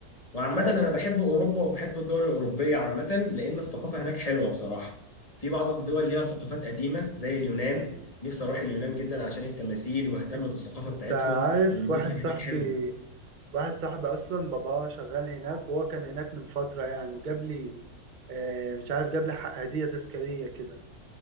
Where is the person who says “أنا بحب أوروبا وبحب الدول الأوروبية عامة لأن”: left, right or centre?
Left